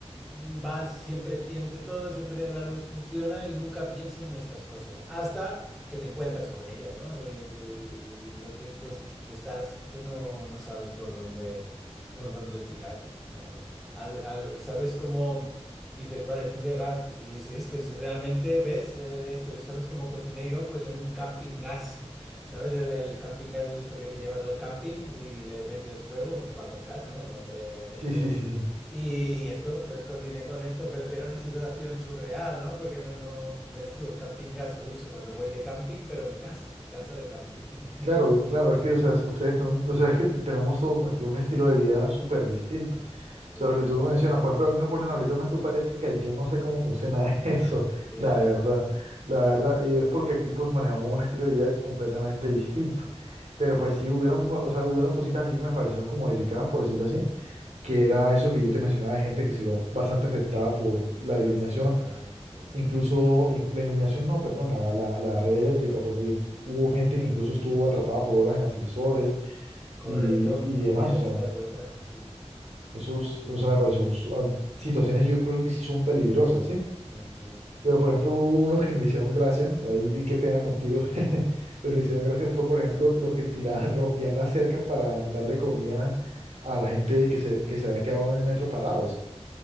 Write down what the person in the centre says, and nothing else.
vas, siempre tienes de todo, siempre la luz funciona y nunca piensas en estas cosas, hasta que te encuentras con ello, ¿no? De- de- de- entonces, pues estás que no, no sabes por dónde, por dónde tirar. ¿no? Al, al- sabes cómo dices, vale, tú de gas, y es, es que es realmente ves eh, esto, y sabes cómo cociné yo, pues en un camping gas, <laughs> ¿sabes? El, el camping gas es esto que te llevas al camping y le metes fuego, que va con gas, ¿no? El nombre
este.
Y, y esto, pues cociné con esto, pero era una situación surreal, ¿no? Porque no, no, ves tú el camping gas que uso cuando voy de camping, pero en casa, casa de camping. <laughs>
Sí,
ya,
ya.
ujú,
Sí,
sí, este
tema, sí, sí.
mm.
Correcto,
muy
bien,
esta es otra, sí, sí.
ujú,
mm.